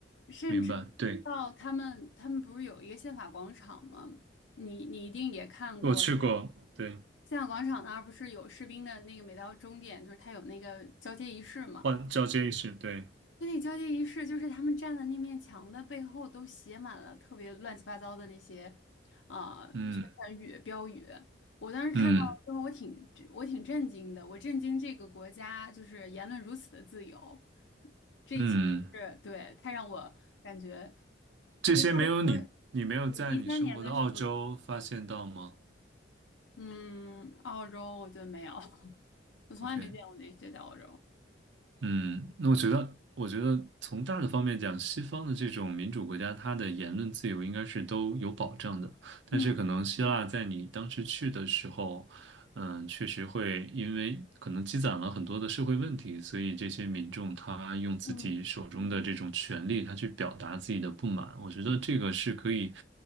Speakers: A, on the left; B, on the right.
A: 甚至
B: 明白。对，
A: 到他们他们不是有一个宪法广场吗？你你一定也看过。
B: 我去过，对，
A: 宪法广场那儿不是有士兵的那个，每到终点就是他有那个交接仪式嘛，
B: 换交接仪式，对，
A: 婚礼交接仪式就是他们站的那面墙的背后都写满了特别乱七八糟的那些，啊、
B: 嗯
A: 宣传语标语。我当时看到之后，
B: 嗯
A: 我挺我挺震惊的，我震惊这个国家就是言论如此的自由，这一切真是对，
B: 嗯，
A: 太让我感觉
B: 这些没有你，
A: 对。但我说
B: 你没有在你生活的澳洲发现到吗
A: 你一三年的时候，嗯，澳洲我觉得没有，<laughs> 我从来没见过那些在澳洲。
B: ？OK，嗯，那我觉得，我觉得从大的方面讲，西方的这种民主国家，它的言论自由应该是都有保障的。但是可能希腊在你当时去的时候，
A: 嗯
B: 嗯，确实会因为可能积攒了很多的社会问题，所以这些民众他用自己手中的这种权利，
A: 嗯
B: 他去表达自己的不满。我觉得这个是可以，